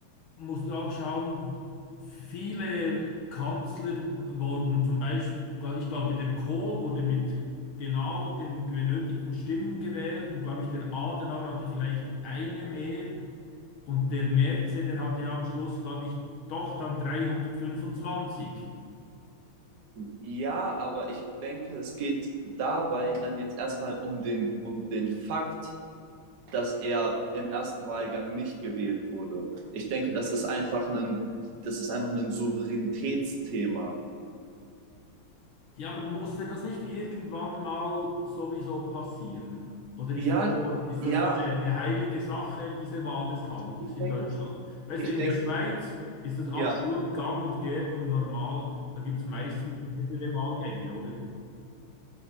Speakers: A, on the left; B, on the right.
A: musst du auch schauen, viele Kanzler wurden zum Beispiel, ich glaube, der Kohl wurde mit genau den benötigten Stimmen gewählt und glaube ich, der Adenauer hatte vielleicht eine mehr und der Merz, der hatte ja am Schluss, glaube ich, doch dann 325.
B: Ja, aber ich denke, es geht dabei dann jetzt erstmal um den, um den Fakt, dass er im ersten Wahlgang nicht gewählt wurde. Ich denke, das ist einfach ein, das ist einfach ein Souveränitätsthema.
A: Ja, aber musste das nicht irgendwann mal sowieso passieren? Oder ist
B: Ja,
A: das so, ist
B: ja,
A: das so eine, eine heilige Sache, diese Wahl des Kanzlers
B: ich
A: in
B: denke,
A: Deutschland? Weißt
B: ich
A: du, in
B: denke,
A: der Schweiz ist das absolut
B: ja,
A: gang und gäbe und normal. Da gibt es meistens mehrere Wahlgänge, oder?